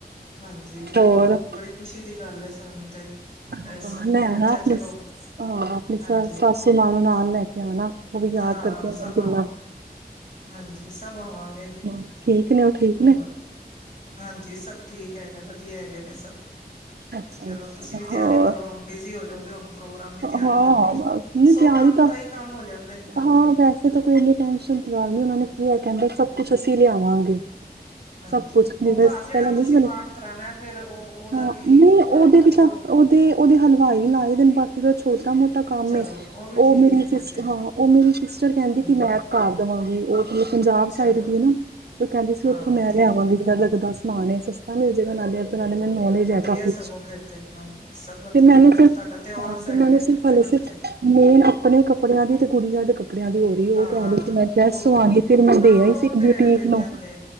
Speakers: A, on the left; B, on the right.
A: ਹਾਂਜੀ, ਬਿਲਕੁਲ
B: ਹੋਰ
A: ਕੁ ਬੜੀ ਖੁਸ਼ੀ ਦੀ ਗੱਲ ਐ ਸਾਨੂੰ ਤੇ
B: ਹਾਂ
A: ਐ ਸੁਨ
B: ਲੈਣਾ
A: ਕੇ, ਬੱਚਾ
B: ਆਪਣੀ
A: ਚਲੋ
B: ਹਾਂ, ਆਪਣੀ
A: ਹਾਂਜੀ
B: ਸਸ ਸਾਸੂ ਮਾਂ ਨੂੰ ਨਾਲ ਲੈ ਕੇ ਆਨਾ। ਓ ਵੀ ਯਾਦ
A: ਹਾਂ
B: ਕਰਦੇ
A: ਸਭ
B: ਨੇ ਕਿੰਨਾ।
A: ਆਵਾਂ ਹਾਂਜੀ ਸਭ ਆਵਾਂਗੇ,
B: ਹਾਂ ਠੀਕ ਨੇ ਉਹ ਠੀਕ
A: ਹੋਰ।
B: ਨੇ
A: ਹਾਂਜੀ ਸਭ ਠੀਕ ਹੈਗੈ। ਵਧੀਆ ਹੈਗੇ ਨੇ ਸਭ।
B: ਅੱਛਾ-ਅੱਛਾ।
A: ਚਲੋ ਤੁਸੀਂ ਵੀ ਤਿਆਰੀ
B: ਹੋਰ
A: ਕਰੋ ਹੁਨ ਬਿਜ਼ੀ ਹੋ ਜੋਗੇ ਹੁਨ ਪ੍ਰੋਗਰਾਮ ਦੀ ਤਿਆਰੀ
B: ਹਾਂ
A: ਕਰਨੀ। ਸੌ
B: ਬਸ ਨਹੀਂ ਤਿਆਰੀ
A: ਕੰਮ,
B: ਤਾਂ
A: ਕਈ ਕੰਮ ਹੋ ਜਾਂਦੇ। ਹਾਂਜੀ
B: ਹਾਂ ਵੈਸੇ ਤਾਂ ਕੋਈ ਇਨੀ ਟੈਸ਼ਨ ਦੀ ਗੱਲ ਨੀ। ਓਨਾਂ ਨੇ ਕੀਐ ਕੈਂਦੇ ਸਭ ਕੁਛ ਅਸੀਂ ਲਿਆਵਾਂਗੇ।
A: ਹਾਂਜੀ
B: ਸਭ ਕੁਛ
A: ਉਹ
B: ਨੀ ਬਸ
A: ਘਰ ਜਿਹੜਾ
B: ਪੈਲਾਂ ਨੀ
A: ਤੁਸੀਂ
B: ਸੀ ਬਨੇ।
A: ਪਾਠ ਕਰਾਉਣਾ ਫੇਰ ਉਹ ਉਹਦਾ
B: ਹਾਂ
A: ਵੀ
B: ਨਈ
A: ਥੋੜਾ
B: ਓਦੇ
A: ਉਹ
B: ਵੀ ਤਾਂ ਓ ਤੇ ਓਦੇ ਹਲਵਾਈ ਲਾਏ ਦੇ ਨ ਬਾਕੀ ਜੋ ਛੋਟਾ ਮੋਟਾ ਕੰਮ
A: ਚਲੋ
B: ਏ।
A: ਉਹ ਵੀ
B: ਓ
A: ਠੀਕ
B: ਮੇਰੀ
A: ਹੈ ਫਿਰ
B: ਸਿਸ
A: ਤੇ
B: ਹਾਂ, ਓ ਮੇਰੀ ਸਿਸਟਰ ਕੈਂਦੀ
A: ਹਮ
B: ਕਿ ਮੈਂ ਕਰ ਦਵਾਂਗੀ ਓ ਨੇ ਪੰਜਾਬ
A: ਚਲੋ
B: ਸਾਈਡ ਦੀ ਏ ਨਾ ਤੇ ਓ ਕੈਂਦੀ ਸੀ
A: ਹਾਂ
B: ਓਥੋਂ ਮੈਂ
A: ਠੀਕ
B: ਲੈਆਵਾਂਗੀ
A: ਹੈ
B: ਜੜਾ ਲੱਗਦਾ ਸਮਾਨ ਐ ਸਸ ਤਾ ਮਿਲ ਜੇਗਾ ਨਾਲੇ ਏੱਧਰ ਆਲਿਆਂ ਦੀ ਮੈਨੂੰ ਨੌਲੇਜ
A: ਵਧੀਆ
B: ਐ ਕਾਫੀ।
A: ਸਗੋਂ ਫਿਰ ਤੇ ਹਾਂਜੀ ਸਭ ਵਧੀਆ
B: ਤੇ ਮੈਨੂੰ
A: ਫਿਰ
B: ਸਿਰਫ
A: ਤੁਹਾਡਾ ਆਲ
B: ਹਾਂ
A: ਸੈਟ
B: ਤੇ ਮੈਨੂੰ
A: ਏ ਫਿਰ
B: ਸਿਰਫ਼ ਹਾਲੇ
A: ਤੇ ਵਧੀਆ।
B: ਸਿਰਫ ਮੇਨ ਆਪਨੇ ਕੱਪੜਿਆਂ ਦੀ ਤੇ ਗੁੜੀਆਂ ਦੇ ਕੱਪ ੜਿਆਂ ਦੀ ਹੋ ਰੀ ਏ ਓ
A: ਹਾਂ
B: ਕੈ ਰੀ ਸੀ ਮੈਂ
A: ਉਹ
B: ਡਰੈਸ ਸੁਵਾਨੀ
A: ਤੇ
B: ਏ ਫਿਰ ਮੈਂ
A: ਹਾਂ
B: ਦੇ ਆਈ
A: ਉਹ
B: ਸੀ ਇੱਕ
A: ਤੇ
B: ਬਿਊਟੀਕ
A: ਮਿਲ ਜਾਂਦੇ।
B: ਨੂੰ